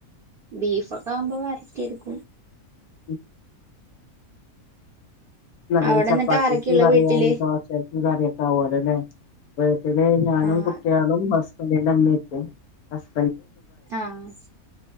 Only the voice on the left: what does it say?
ഉം എന്നാ പിന്നെ
ചപ്പാത്തിക്കും
കറിയായി
ദോശ ഉം കറിയൊക്കാവോലല്ലെ വീട്ടില് ഞാനും
കുട്ട്യാളും ഹസ്ബൻ ഡിന്റെ ഇമ്മിം ഇപ്പിം ഹസ്